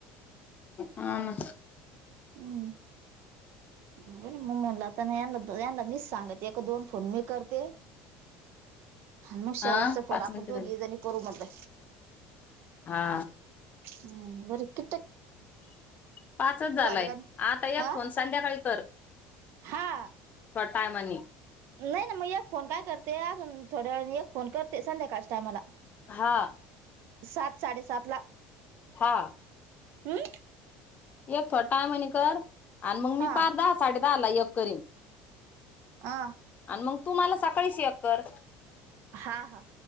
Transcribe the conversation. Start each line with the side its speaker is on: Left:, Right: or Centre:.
Left: हा ना
Right: हम् म्हनू म म्हनल आता ना यांनला यांनला मीच सांगते एक दोन फोन मी करते मग
Left: हा
Right: शेवटचा फोट
Left: पाच
Right: आपण
Left: मिनिट
Right: दोघी
Left: झाली
Right: जणी करू म्हनलं
Left: हा
Right: हम् बर कि
Left: पाचच झालाय
Right: का
Left: आता एक
Right: आ
Left: फोन संध्याकाळी कर
Right: हा
Left: थोड टायमानी
Right: नाही ना मग एक फोन काय करते आजून थोड्या वेळानी एक फोन करते संध्याकाळच्या टायमाला.
Left: हा
Right: सात साडे सात ला
Left: हा
Right: हम्म
Left: एक टायमानी कर आणं मगं मी
Right: हा
Left: पार दहा साडे दहाला यक करीन
Right: हा
Left: आणं मगं तू मला सकाळीच एक कर
Right: हा हा